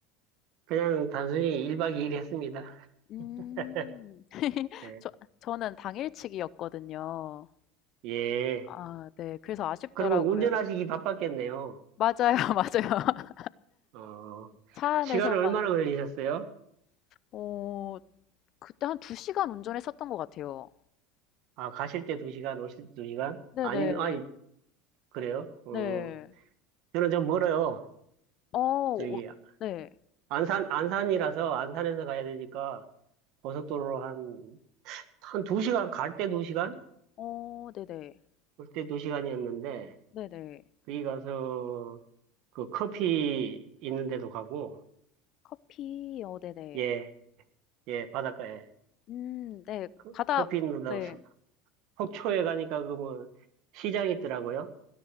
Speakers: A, on the right (about 60°); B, on the left (about 50°).
A: 그냥 단순히 1박 2일 했습니다. <laughs>
B: 음. <laughs>
A: 예.
B: 저 저는 당일치기였거든요.
A: 예.
B: 아 네. 그래서 아쉽더라고요.
A: 그리고 운전하시기 바빴겠네요.
B: 맞아요, <laughs> 맞아요.
A: 어,
B: 차
A: 시간을
B: 안에서만
A: 얼마나 걸리셨어요?
B: 어 그때 한 두 시간 운전했었던 것 같아요.
A: 아, 가실 때 두시간 오실 때 두시간
B: 네네.
A: 아니면, 아니, 그래요? 어,
B: 네.
A: 저는 좀 멀어요.
B: 어 어
A: 저기,
B: 네.
A: 안산, 안산이라서, 안산에서 가야 되니까, 고속도로로 한, 한 두시간 갈 때 두시간
B: 어 네네.
A: 올 때 두시간이었는데
B: 네네.
A: 거기 가서, 그 커피 있는 데도 가고,
B: 커피 어 네네.
A: 예, 예, 바닷가에.
B: 음 네.
A: 그,
B: 바다
A: 커피 있는 데도,
B: 네.
A: 속초에 가니까 그 뭐, 시장 있더라고요.